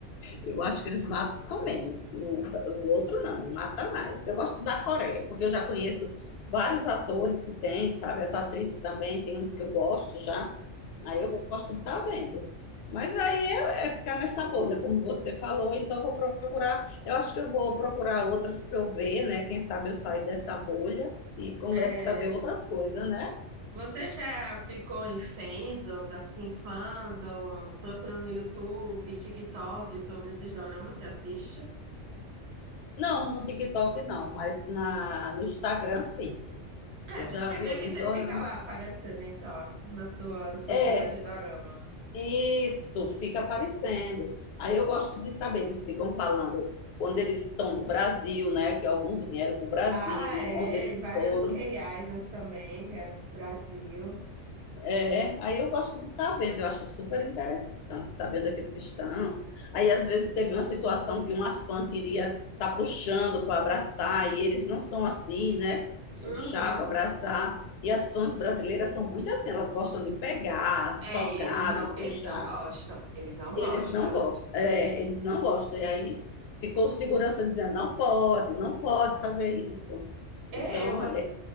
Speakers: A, on the left; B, on the right.
A: Eu acho que eles matam menos. O, o outro não, mata mais. Eu gosto da Coreia, porque eu já conheço vários atores que tem, sabe? As atrizes também, tem uns que eu gosto já. Aí eu gosto de estar vendo. Mas aí é, é ficar nessa bolha, como você falou. Então eu vou procurar. Eu acho que eu vou procurar outras para eu ver, né? Quem sabe eu saio dessa bolha e começo
B: É,
A: a ver outras coisas, né?
B: você já ficou em fandoms, assim, fandom, procurando no YouTube, TikTok sobre esses doramas? Você assiste?
A: Não, no TikTok não, mas na, no Instagram sim.
B: É,
A: Eu
B: no
A: já
B: Instagram
A: vi alguns
B: que você
A: doramas.
B: fica lá aparecendo, então, ó, na sua, nos seus
A: É,
B: canais de dorama.
A: Isso, fica aparecendo. Aí eu gosto de saber, eles ficam falando quando eles estão no Brasil, né? Que alguns vieram para o Brasil,
B: Ah, é.
A: onde eles
B: e Vários
A: foram.
B: K-idols também vieram pro Brasil.
A: É, aí eu gosto de estar vendo, eu acho super interessante, sabendo onde é que eles estão. Aí às vezes teve uma situação que uma fã queria estar puxando para abraçar, e eles não são assim, né?
B: Uhum.
A: Puxar para abraçar. E as fãs brasileiras são muito assim, elas gostam de pegar,
B: É,
A: de tocar,
B: e eles não,
A: de puxar.
B: eles não gostam. Eles não
A: Eles
B: gostam.
A: não gostam. É, eles não gostam. E aí ficou o segurança dizendo, não pode, não pode fazer isso.
B: É,
A: Então,
B: eu vou,
A: é,